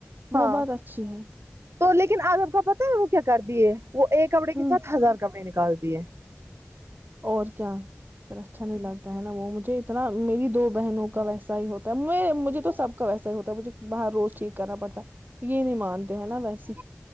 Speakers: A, on the right; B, on the right.
A: وہ
B: ہاں
A: بات اچھی ہے
B: تو لیکن آج آپ کا پتا ہے وہ کیا کر دیے وہ ایک کپڑے
A: ہ
B: کے ساتھ ہزار کپڑے نکال دیے
A: اور کیا پھر اچھا نہیں لگتا ہے نا وہ مجھے اتنا میری دو بہنوں کا ویسا ہی ہوتا ہے مجھے تو سب کا ویسا ہی ہوتا ہے مجھے باہر روز ٹھیک کرنا پڑتا ہے یہ نہیں مانتے ہیں نا ویسی